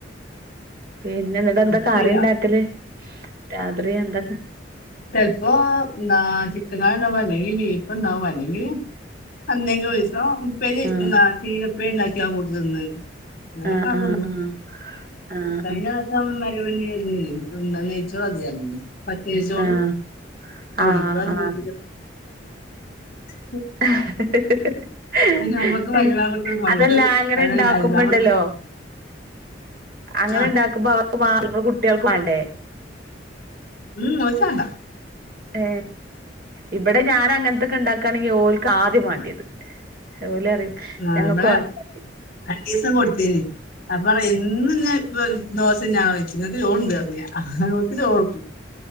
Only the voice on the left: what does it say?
നമുക്ക്
ചെയ്യാം
ചെല്പോ ന്താ ചിക്കൻ കറിഇണ്ടാവും അല്ലെങ്കി ബീഫ് ണ്ടാക്കും അല്ലെങ്കില് എന്തെങ്കിലും <unintelligible>
അങ്ങനെ ഒക്കെ
ആള്
തിന്നും.
<unintelligible> <unintelligible> നെയ്ച്ചോറതി പറഞ്ഞിനി. പച്ചരി ചോറും
ഇപ്രാവശ്യം.
<unintelligible>
അതിന് നമുക്ക്
മരുഭാഗത്ത് പണിക്ക്
മരുഭാഗത്ത്
ആ
ഉം ഓൽച്ചാണ്ട.
ആങ്ങനെ
രണ്ടീസം കൊടുത്തീനി. അപ്പറ്യ ഇന്നും ന്നി ദോശ ന്നെ ആണോയ്ച്ച്. ങ്ങക്ക് ചോറ്ണ്ട് ന്നർഞ്ഞ് ഞാൻ ചോറൊടുക്കും.